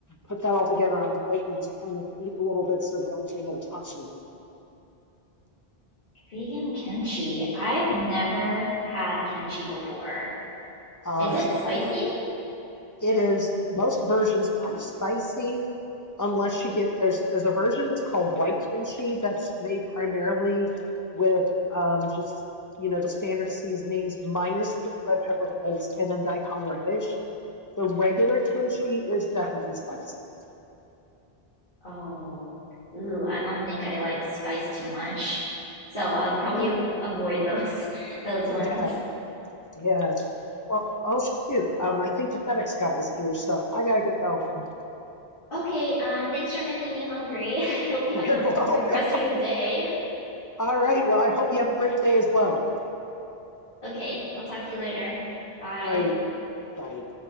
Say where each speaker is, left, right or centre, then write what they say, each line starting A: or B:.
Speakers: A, on the left; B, on the left.
A: put that all together on the plate and just kind of eat little bits of everything in a tashi.
B: Vegan kimchi. I've never had kimchi before.
A: Uh,
B: Is
A: it's
B: it
A: the
B: spicy?
A: bomb. It is most versions are spicy unless you get there's there's a version that's called white kimchi that's made primarily with um, just you know the standard seasonings minus the red pepper flakes and then daikon radish. The regular kimchi is definitely spicy. <laughs>
B: Oh, ooh, I don't think I like spice too much. So I'll probably av avoid those <laughs> those ones.
A: Yeah, yeah. Well, oh shoot. Um, I think the FedEx guy is here, so I gotta get going.
B: Okay, um, thanks for making me hungry. <laughs> I hope you
A: <laughs>
B: have
A: You're
B: the
A: welcome.
B: great rest of your day.
A: All right. Well, I hope you have a great day as well.
B: Okay, I'll talk to you later. Bye.
A: All right. Bye.